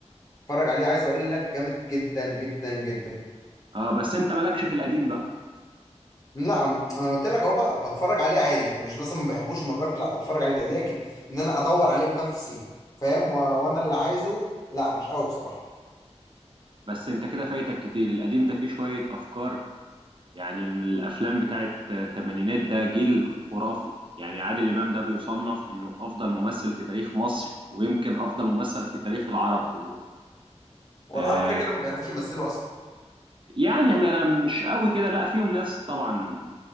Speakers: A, on the left; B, on the right.
A: اتفرج عليه عايز اقول لك جامد جدا جدا جدا
B: اه بس انت مالكش في القديم بقى
A: لا انا قلت لك اهو بقى بتفرج عليه عادي يعني مش مثلا ما بحبوش لما اتفرجت لا بتفرج عليه لكن ان انا ادور عليه بنفسي فاهم و... وانا اللي عايزه لا مش قوي بصراحه
B: بس انت كده فايتك كتير القديم ده فيه شويه افكار يعني من الافلام بتاعت الثمانينات ده جيل خرافي يعني عادل امام ده بيصنف انه افضل ممثل في تاريخ مصر ويمكن افضل ممثل في تاريخ العرب كلهم
A: هو
B: آه
A: العرب كده كده ما بيعرفوش يمثلوا اصلا
B: يعني ما مش قوي كده لا فيهم ناس طبعا